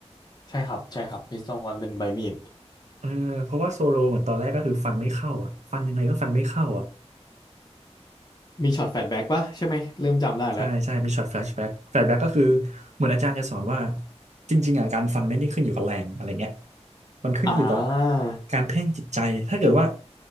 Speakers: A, on the left; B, on the right.
A: ใช่ครับใช่ครับมิสเตอร์วันเป็นใบมีด
B: เออเพราะว่าโซโลเหมือนตอนแรกก็คือฟันไม่เข้าอ่ะฟันยังไงก็ฟันไม่เข้าอ่ะ
A: มีช็อตแฟลชแบ็กปะใช่ไหมเริ่มจำได้แล้ว
B: ใช่ใช่ มีช็อตแฟลชแบ็กแฟลชแบ็กก็คือเหมือนอาจารย์จะสอนว่าจริงๆอ่ะการฟันไม่ได้ขึ้นอยู่กับแรงอะไรเงี้ยมันขึ้นอยู่กับ
A: อ่า
B: การเพ่งจิตใจถ้าเกิดว่า